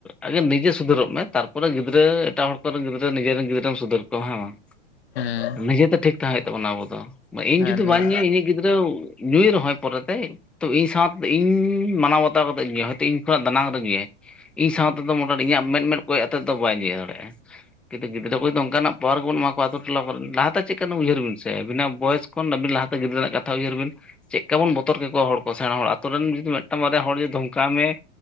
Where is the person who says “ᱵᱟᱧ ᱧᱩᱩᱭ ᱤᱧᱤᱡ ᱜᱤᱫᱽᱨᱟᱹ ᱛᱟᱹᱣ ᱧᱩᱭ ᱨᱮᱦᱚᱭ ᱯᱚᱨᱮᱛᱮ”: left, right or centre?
Centre